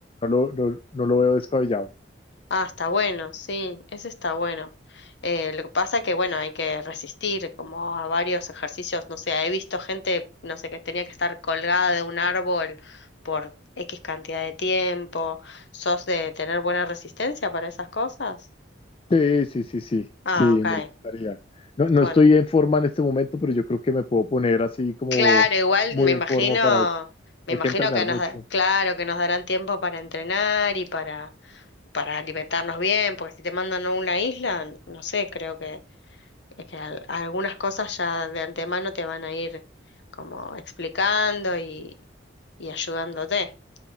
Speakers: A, on the left; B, on the left.
A: No lo, no, no lo veo descabellado.
B: Ah, está bueno, sí, ese está bueno. Eh, lo que pasa que, bueno, hay que resistir como a varios ejercicios, no sé, he visto gente, no sé, que tenía que estar colgada de un árbol por X cantidad de tiempo. ¿Sos de tener buena resistencia para esas cosas?
A: Sí, sí, sí, sí,
B: Ah,
A: sí,
B: ok,
A: me gustaría. No, no
B: bueno.
A: estoy en forma en este momento, pero yo creo que me puedo poner así como
B: Claro, igual
A: muy
B: me imagino,
A: en forma para eso.
B: me
A: Hay
B: imagino
A: que entrenar
B: que nos,
A: mucho.
B: da- claro, que nos darán tiempo para entrenar y para, para alimentarnos bien, porque si te mandan a una isla, no sé, creo que Es que al- algunas cosas ya de antemano te van a ir como explicando y, y ayudándote.